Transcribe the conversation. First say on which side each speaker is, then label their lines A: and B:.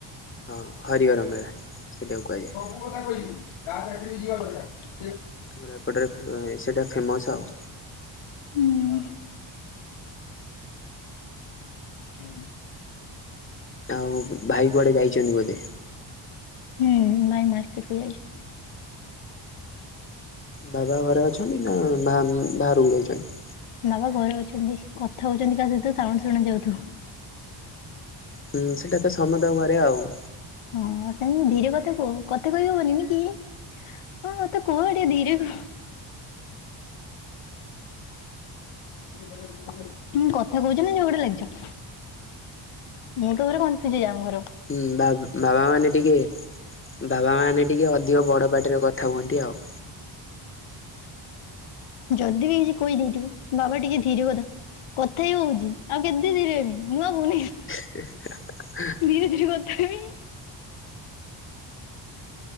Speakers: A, on the left; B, on the left.
A: ହଁ ହରିହର ମେଳା। ସେଇଟାକୁ କୁହାଯାଏ।
B: ସବୁ କଥା କହିବି କାହା ଚାକିରି ଯିବା ଦରକାର।
A: ଆମର ଏପଟରେ ସେଇଟା ଫେମସ ଆଉ।
B: ହୁଁ ହୁ
A: ଆଉ ଭାଇ କୁଆଡ଼େ ଯାଇଛନ୍ତି ବୋଧେ?
B: ହୁଁ ଭାଇ ମାର୍କେଟ କୁ ଯାଇଛନ୍ତି।
A: ବାବା ଘରେ ଅଛନ୍ତି ନା ବା ବାହାରକୁ ଯାଇଛନ୍ତି?
B: ବାବା ଘରେ ଅଛନ୍ତି କଥା ହଉଛନ୍ତି କା ସହିତ ସାଉଣ୍ଡ ଶୁଣା ଯାଉଥିବ।
A: ହୁଁ ସେଇଟା ତ ସମତଙ୍କ ଘରେ ଆଉ।
B: ହଁ ତମେ ଧୀରେ କଥା କୁହ? କଥା କହିହବନି ନି କି? ହଁ ଏତେ କୁହ ଟିକେ ଧିରେ କୁହ। ଉଁ କଥା କହୁଛନା ଝଗଡ଼ା ଲାଗିଛ? ମୁଁ ତ ଘରେ କନଫ୍ୟୁଜ୍ ହେଇଯାଏ ଆମ ଘରେ।
A: ହୁଁ ବା ବାବା ମାନେ ଟିକେ ବାବା ମାନେ ଟିକେ ଅଧିକ ବଡ ପାଟିରେ କଥା ହୁଅନ୍ତି ଆଉ।
B: ଯଦି ବି କିଛି କହିଦେଇଥିବ ବାବା ଟିକେ ଧୀରେ କଥା କଥା ହି ହୋଉଛି ଆଉ କେତେ ଧୀରେ ହେବି ନୂଆ ବୋହୂ ନୁହଁକି।
A: ଏହେ ହା ହା।
B: ଧୀରେ ଧୀରେ କଥା ହେବି।